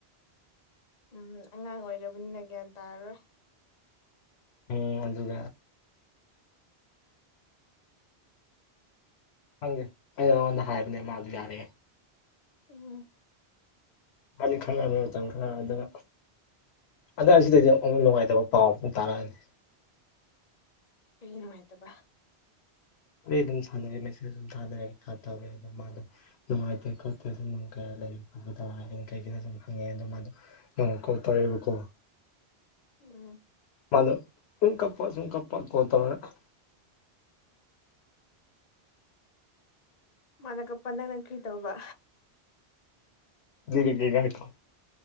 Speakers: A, on the left; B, on the left.
A: ꯎꯝ ꯑꯉꯥꯡ ꯑꯣꯏꯔꯕꯅꯤꯅ ꯒ꯭ꯌꯥꯟ ꯇꯥꯔꯔꯣꯏ
B: ꯎꯝ ꯑꯗꯨꯒ ꯈꯪꯗꯦ ꯑꯩꯅ ꯃꯉꯣꯟꯗ ꯍꯥꯏꯕꯅꯦ ꯃꯥꯖꯨ ꯌꯥꯔꯛꯑꯦ
A: ꯎꯝ
B: ꯏꯕꯥꯅꯤ ꯈꯪꯅꯔꯝꯃꯦ ꯃꯇꯝ ꯈꯔ ꯑꯗꯨꯒ ꯑꯗ ꯑꯁꯤꯗꯩꯗꯤ ꯑꯃꯨꯛ ꯅꯨꯡꯉꯥꯏꯇꯕ ꯄꯥꯎ ꯁꯨꯝ ꯇꯥꯔꯛꯑꯅꯤ
A: ꯀꯩꯒꯤ ꯅꯨꯡꯉꯥꯏꯇꯕꯥ
B: ꯑꯩ ꯑꯗꯨꯝ ꯁꯥꯟꯅꯔꯦ ꯃꯦꯁꯦꯖ ꯑꯗꯨꯝ ꯊꯥꯅꯔꯦ ꯈꯔ ꯇꯧꯋꯦꯕ ꯃꯥꯗꯣ ꯅꯨꯡꯉꯥꯏꯇꯦ ꯈꯣꯠꯇꯦ ꯑꯗꯨꯅꯨꯡꯒ ꯂꯩ ꯈꯣꯠꯄꯗꯣ ꯍꯥꯏꯌꯦ ꯀꯩꯒꯤꯅꯣ ꯁꯨꯝ ꯍꯡꯉꯦ ꯑꯗꯨ ꯃꯥꯗꯣ ꯅꯣꯡꯃ ꯀꯣꯜ ꯇꯧꯔꯦꯕꯀꯣ
A: ꯎꯝ
B: ꯃꯥꯗꯨ ꯁꯨꯝ ꯀꯞꯄ ꯁꯨꯝ ꯀꯞꯄ ꯀꯣꯜ ꯇꯧꯔꯒ
A: ꯃꯥꯅ ꯀꯞꯄ ꯅꯪꯅ ꯀ꯭ꯔꯤ ꯇꯧꯕ
B: ꯂꯤꯔꯒꯦ ꯉꯥꯏꯈꯣ